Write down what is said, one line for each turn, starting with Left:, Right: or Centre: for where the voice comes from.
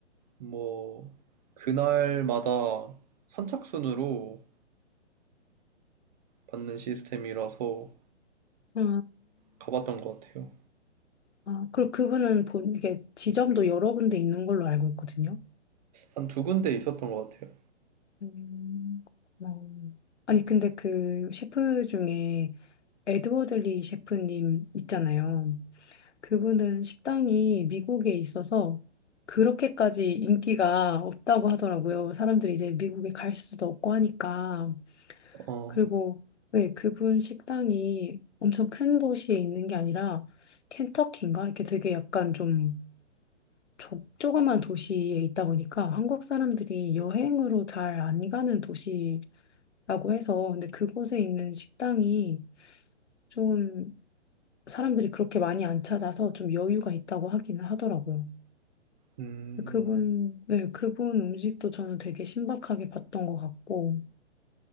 Right: 뭐 그날마다 선착순으로 받는 시스템이라서
Left: 아,
Right: 가봤던 것 같아요.
Left: 아, 그리고 그분은 본 이게 지점도 여러 군데 있는 걸로 알고 있거든요.
Right: 한 두 군데 있었던 것 같아요.
Left: 음, 그렇구나. 아니, 근데 그 셰프 중에 에드워드 리 셰프님 있잖아요. 그분은 식당이 미국에 있어서 그렇게까지 인기가 없다고 하더라고요. 사람들이 이제 미국에 갈 수도 없고 하니까.
Right: 어,
Left: 그리고 네, 그분 식당이 엄청 큰 도시에 있는 게 아니라 켄터키인가? 이렇게 되게 약간 좀 조, 조그만 도시에 있다 보니까 한국 사람들이 여행으로 잘 안 가는 도시 라고 해서 근데 그곳에 있는 식당이 좀 사람들이 그렇게 많이 안 찾아서 좀 여유가 있다고 하기는 하더라고요.
Right: 음,
Left: 그분, 네, 그분 음식도 저는 되게 신박하게 봤던 것 같고,